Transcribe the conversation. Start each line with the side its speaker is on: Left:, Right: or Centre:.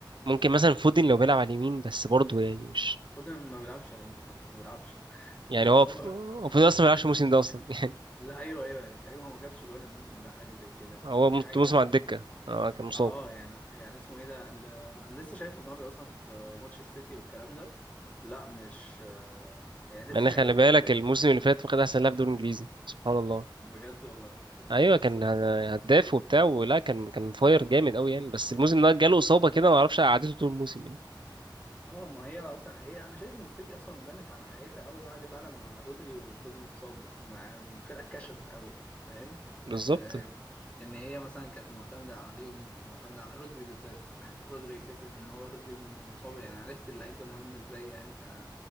Right: ممكن مثلا فودن لو بيلعب على اليمين بس برضه يعني مش
Left: فودن ما بيلعبش على اليمين اصلا ما بيلعبش <laughs>
Right: يعني
Left: يعني
Right: هو
Left: هو
Right: هو فودن اصلا ما
Left: لا,
Right: بيلعبش الموسم ده اصلا <laughs> يعني
Left: لا ايوه ايوه يعني تقريبا هو ما جابش جوان الموسم ده حاجه زي كده
Right: هو
Left: في
Right: مت-
Left: حاجه
Right: موسم على الدكه اه كان مصاب
Left: اه يعني يعني اسمه ايه ده ال- انا لسه شايفه النهارده اصلا في ماتش السيتي والكلام ده لا مش آه، يعني
Right: مع
Left: لسه
Right: ان
Left: شايفه
Right: احنا اللي بالك
Left: تقريبا ده-
Right: الموسم اللي فات واخد احسن لاعب دوري انجليزي سبحان الله
Left: بجد والله
Right: ايوه
Left: بس
Right: كان هداف وبتاع ولا كان كان فاير جامد قوي يعني بس الموسم ده جاله اصابه كده ما اعرفش قعدته طول الموسم يعني
Left: اه ما هي اصلا هي انا شايف ان السيتي اصلا بنت على حقيقتها قوي بعد فعلا ما رودري وفودن اتصابوا مع الفرقه اتكشفت قوي فاهم
Right: بالظبط
Left: بقت آه، ان هي مثلا كانت معتمده عليهم معتمده على رودري بالذات <clears throat> رودري فكره ان هو رودري م- مصاب يعني عرفت اللعيب ده مهم ازاي يعني ك...